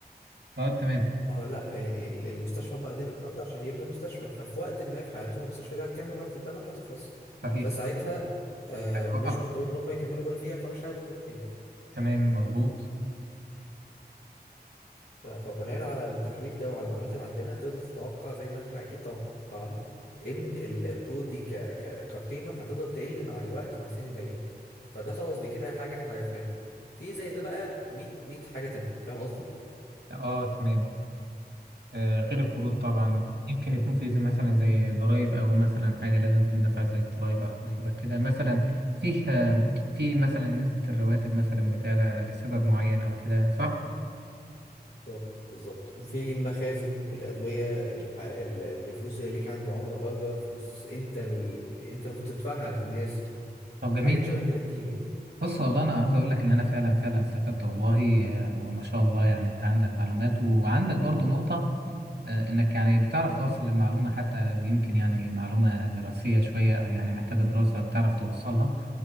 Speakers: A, on the right (about 85°); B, on the left (about 80°).
A: طيب تمام
B: اه لا يعني ال- المستشفى هم واخدين القرض عشان يبنوا المستشفى ففي وقت ما في حياتهم المستشفى دي هتكمل وهتتبنى وهتخلص
A: صحيح
B: فساعتها آه مش
A: وقفت
B: مضطرين ان هم يكملوا بنا فيها فمش هياخدوا كود تاني
A: تمام مظبوط
B: ف- فبناء على التحليل ده وعلى المعلومات اللي عندنا تقدر تتوقع زي ما احنا اكيد توقعنا ان القروض دي ك ك كقيمة هتفضل تقل مع الوقت مع السنين الجاية فده خلاص دي كده حاجة احنا عرفناها في زي ده بقى 100 100 حاجة تانية فاهم قصدي؟
A: اه تمام آه غير القروض طبعا يمكن يكون في زي- مثلا زي ضرائب او مثلا حاجه لازم تندفع زي الضرائب او حاجه شبه كده مثلا فيها في مثلا نسبه الرواتب مثلا بتعلى لسبب معين او كده صح
B: بالظبط بالظبط وفي المخازن الأدوية الح... ال- الفلوس اللي ليك عند العملاء بره فلوس انت ال... انت المفروض تدفعها للناس
A: طب جميل
B: حاجات شبه كده كتير يعني
A: بص والله انا عاوز اقول لك ان انا فعلا فعلا استفدت والله آه، وما شاء الله يعني انت عندك معلومات وعندك برضو نقطه آه، انك يعني بتعرف توصل المعلومه حتى لو يمكن يعني معلومه دراسيه شويه او يعني محتاجه دراسه بتعرف توصلها